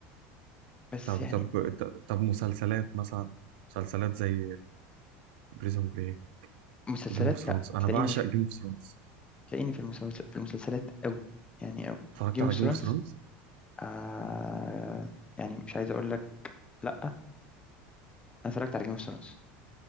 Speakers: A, on the left; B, on the right.
A: بس
B: طب
A: يعني
B: طب طب طب مسلسلات مثلا مسلسلات زي بريزون بريك
A: مسلسلات
B: وجيم اوف ثرونز
A: لا
B: أنا
A: تلاقيني
B: بعشق
A: في
B: جيم اوف ثرونز
A: تلاقيني في المسلسل في المسلسلات قوي يعني قوي
B: اتفرجت
A: جيم
B: على
A: اوف ثرونز
B: جيم اوف ثرونز؟
A: آه... يعني مش عايز اقول لك لا انا اتفرجت على جيم اوف ثرونز